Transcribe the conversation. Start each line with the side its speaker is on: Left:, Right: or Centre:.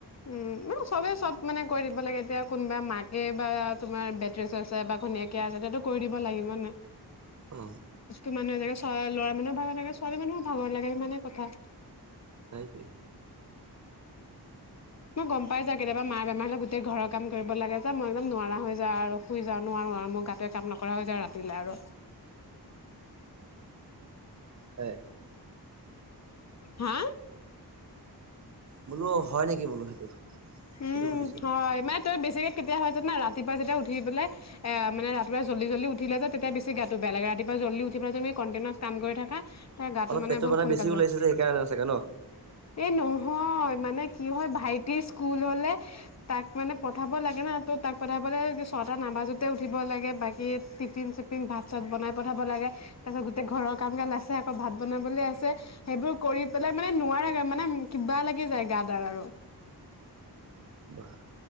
Left: উম, চবে চব মানে কৰি দিব লাগে এতিয়া কোনোবা মাকে বা তোমাৰ বেড ৰেচত আছে বা ঘনীয়েকে আছে, এতিয়াতো কৰি দিব লাগিব নে
Right: অ'
Left: মানুহ <unintelligible> ল'ৰা মানুহৰ ভাগৰ থাকে, ছোৱালী মানুহৰো ভাগৰ লাগে সিমানে কথা
Right: সেইটোৱে
Left: মই গম পাই যাওঁ কেতিয়াবা মাৰ বেমাৰ হ'লে গোটেই ঘৰৰ কাম কৰিব লাগে যে, মই একদম নোৱাৰা হৈ যাওঁ আৰু শুই যাওঁ নোৱাৰো আৰু মোৰ গাটোৱে কাম নকৰা হৈ যায় ৰাতিলে আৰু।
Right: হয়
Left: হা
Right: বোলো হয়, নেকি বোলো সেইটো
Left: উম,
Right: সেইটো সুধিছো।
Left: হয় <unintelligible> ত' বেছিক কেতিয়া হয় জানা? ৰাতিপুৱা যেতিয়া উঠি পেলাই এ, মানে ৰাতিপুৱা জল্দি, জল্দি উঠিলে যে, তেতিয়া বেছি গাটো বেয়া লাগে ৰাতিপুৱা জল্দি উঠি পেলাই তুমি কটিনাৰ কাম কৰি থাকা তাৰ গাটো
Right: অলপ
Left: মানে
Right: পেটটো
Left: বহুত সোনকাল
Right: বেছি
Left: পায়
Right: ওলাইছে যে সেইকাৰণে চাগে ন?
Left: এই নহয়, মানে কি হয় ভাইটি কুল হ'লে তাক মানে পঠাব লাগে ন! ত' তাক পঠাবলে ছটা নাবাজোতে উঠিব লাগে বাকী টিফিন, চিফিন ভাত, চাত বনাই পঠাব লাগে তাৰ পাছত গোটেই ঘৰৰ কাম কাজ আছে, আকৌ ভাত বনাবলৈ আছে, সেইবোৰ কৰি পেলাই মানে নোৱাৰা মানে কিবা লাগি যায় গা দাৰ আৰু
Right: বা